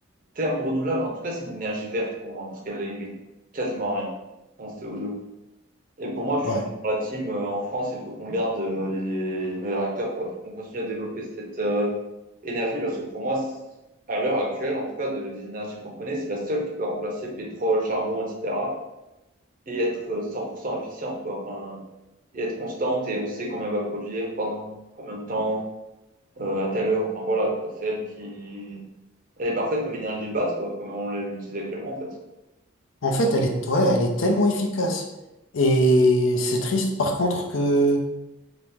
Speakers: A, on the right (about 40°); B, on the left (about 75°).
A: terme renouvelable, en tout cas, c'est une énergie verte pour moi, parce qu'elle émet quasiment rien en CO2. Et pour moi, je
B: Ouais.
A: suis dans la team euh, en France, il faut qu'on garde euh, les, les réacteurs, quoi. Il faut qu'on continue à développer cette euh, énergie, parce que pour moi, c- à l'heure actuelle, en tout cas, de- des énergies qu'on connaît, c'est la seule qui peut remplacer pétrole, charbon, etc. et être euh, 100% efficiente, quoi. Enfin, et être constante, et on sait combien elle va produire, pendant combien de temps, euh, à telle heure. Enfin, voilà, quoi. C'est elle qui... Elle est parfaite comme énergie de base, quoi, comme on l'utilise actuellement, en fait.
B: En fait, elle est ouais, elle est tellement efficace et c'est triste par contre que